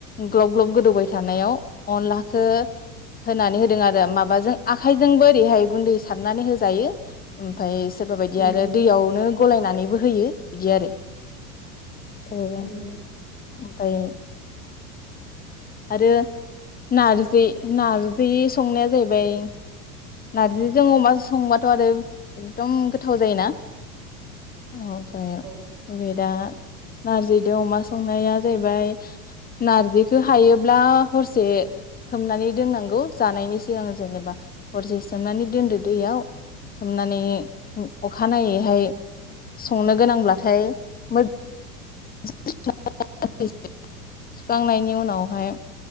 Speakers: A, on the left; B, on the right.
A: ग्लब ग्लब गोदौबाय थानायाव अनलाखौ होनानै होदों आरो माबाजों आखाइजोंबो ओरैहाय गुनदै सारनानै होजायो ओमफ्राय सोरबा बायदिया
B: उम
A: आरो दैयावनो गलायनानैबो होयो बिदि आरो। ओ
B: उम
A: ओमफ्राय आरो नारजि नारजि संनाया जाहैबाय नारजिजों अमाजों संबाथ' आरो एकदम गोथाव जायोना। अ जायो
B: उम
A: दा नारजिदो अमा संनाया जाहैबाय नारजिखौ हायोब्ला हरसे सोमनानै दोननांगौ जानायनि सिगां जेनेबा हरसे सोमनानै दोनदो दैयाव सोमनानै अखानायैहाय संनो गोनांब्लाथाय मोजा <unintelligible> सोखांनायनि उनावहाय